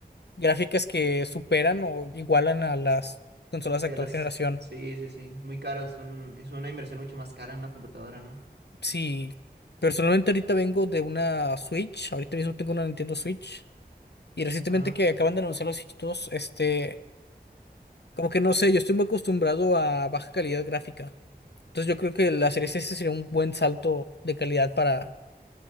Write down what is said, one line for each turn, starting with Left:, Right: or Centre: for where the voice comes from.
Left: gráficas que superan o igualan a las consolas de
Right: Sí,
Left: actual
Right: a las,
Left: generación.
Right: sí, sí, sí. Es muy caro, es un, es una inversión mucho más cara en una computadora, ¿no?
Left: Sí, personalmente ahorita vengo de una Switch, ahorita mismo tengo una Nintendo Switch y recientemente
Right: Ajá.
Left: que acaban de anunciar los Switch 2, este, como que no sé, yo estoy muy acostumbrado a baja calidad gráfica. Entonces yo creo que la Series S sería un buen salto de calidad para,